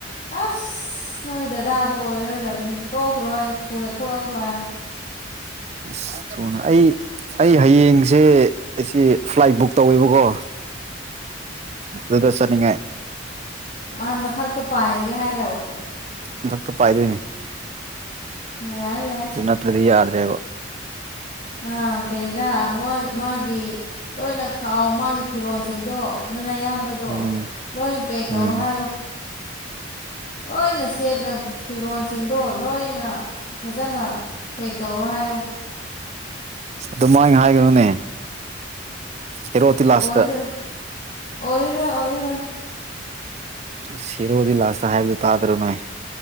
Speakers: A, on the left; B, on the right.
A: ꯑꯁ ꯅꯣꯏ ꯗꯗꯥꯗꯣ ꯑꯣꯏꯔꯣꯏꯗꯕꯅꯤ ꯇꯣꯛꯈ꯭ꯔꯣ ꯍꯥꯏꯌꯨ ꯊꯨꯅ ꯊꯣꯛꯂꯛꯎꯈ꯭ꯔꯣ ꯍꯥꯏꯌꯨ
B: ꯑꯁ ꯊꯨꯅ ꯑꯩ ꯑꯩ ꯍꯌꯦꯡ ꯁꯦ ꯑꯩꯁꯤ ꯐ꯭ꯂꯥꯏꯠ ꯕꯨꯛ ꯇꯧꯋꯦꯕꯀꯣ ꯑꯗꯨꯗ ꯆꯠꯅꯤꯡꯉꯦ
A: ꯑꯥ ꯃꯊꯛꯇ ꯄꯥꯏꯔꯒꯦ ꯍꯥꯏꯔꯣ
B: ꯃꯊꯛꯇ ꯄꯥꯏꯗꯣꯏꯅꯦ
A: ꯌꯥꯏ ꯌꯥꯏ
B: ꯑꯗꯨ ꯅꯠꯇ꯭ꯔꯗꯤ ꯌꯥꯗ꯭ꯔꯦꯕ
A: ꯑꯥ ꯀꯔꯤꯔꯥ ꯃꯥꯒꯤ ꯂꯣꯏꯅ ꯈꯥꯎ ꯃꯥꯒꯤ ꯐꯤꯔꯣꯟꯜꯁꯤꯡꯗꯣ ꯑꯗꯨꯅ ꯑꯌꯥꯝꯕꯗꯣ
B: ꯎꯝ
A: ꯂꯣꯏ ꯄꯦꯛ ꯇꯧꯔꯣ
B: ꯎꯝ
A: ꯍꯥꯏꯌꯣ ꯂꯣꯏꯅ ꯁꯦꯠꯂ ꯐꯤꯔꯣꯟꯜꯁꯤꯡꯗꯣ ꯂꯣꯏꯅ ꯐꯖꯅ ꯄꯦꯛ ꯇꯧꯔꯣ ꯍꯥꯏꯌꯣ
B: ꯑꯗꯨꯃꯥꯏ ꯍꯥꯏꯒꯅꯨꯅꯦ ꯍꯦꯔꯣꯇꯤ ꯂꯥꯁꯇ
A: ꯑꯣꯏꯔꯔꯣꯏ ꯑꯣꯏꯔꯔꯣꯏ ꯑꯣꯏꯔꯔꯣꯏ
B: ꯑꯁ ꯍꯤꯔꯣꯗꯤ ꯂꯥꯁꯇ ꯍꯥꯏꯕꯗꯨ ꯇꯥꯗ꯭ꯔ ꯅꯣꯏ